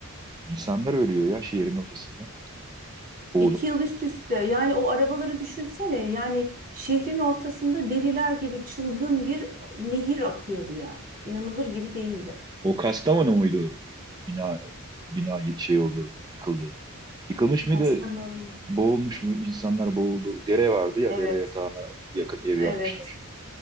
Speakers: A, on the right; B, on the right.
A: insanlar ölüyor ya şehrin ortasında boğulup.
B: İki yıl üst üste yani o arabaları düşünsene yani şehrin ortasında deliler gibi çılgın bir e, nehir akıyordu yani. İnanılır gibi değildi.
A: O Kastamonu muydu? Bina bina şey oldu, yıkıldı. Yıkılmış mıydı?
B: Kastamonu.
A: Boğulmuş mu? İnsanlar boğuldu. Dere vardı ya,
B: Evet,
A: dere yatağına yakın ev
B: evet,
A: yapmışlar.